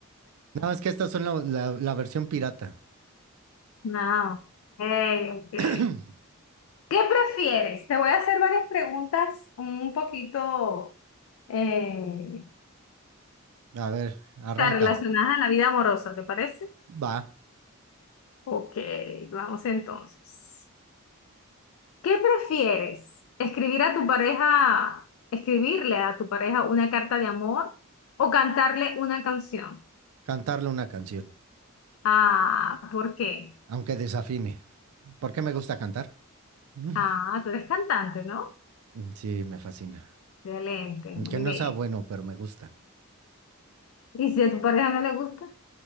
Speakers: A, on the right (about 90°); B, on the left (about 70°).
A: No, es que estas son la, la- la versión pirata.
B: No. Hey, ok. ok.
A: <clears throat>
B: ¿Qué prefieres? Te voy a hacer varias preguntas un poquito eh,
A: A ver, arranca.
B: relacionadas a la vida amorosa, ¿te parece?
A: Va,
B: Ok, vamos entonces. ¿Qué prefieres? ¿Escribir a tu pareja, escribirle a tu pareja una carta de amor o cantarle una canción?
A: cantarle una canción,
B: Ah, ¿por qué?
A: aunque desafine. ¿Por qué me gusta cantar? <laughs>
B: Ah, tú eres cantante, ¿no?
A: Sí, me fascina.
B: Excelente, muy
A: Que no
B: bien.
A: sea bueno, pero me gusta.
B: ¿Y si a tu pareja no le gusta?